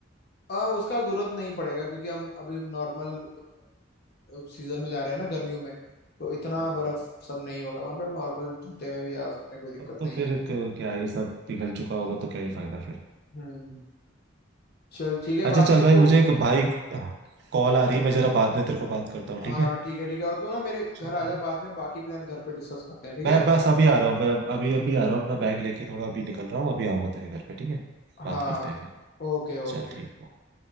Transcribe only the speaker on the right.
हाँ
तब तो
फिर
क- क्या ही सब पिघल चुका होगा तो क्या ही फायदा फिर
अच्छा
चल भाई
मुझे एक भाई कॉल आ रही
है मैं जरा बाद में तेरे को बात करता हूँ
ठीक है
चल
ठीक
है।
मैं
बस अभी आ रहा हूँ मैं अभी अभी आ रहा हूँ अपना बैग लेके थोड़ा अभी निकल रहा हूँ अभी आऊंगा तेरे घर पे ठीक है
बात करते हैं फिर
चल ठीक है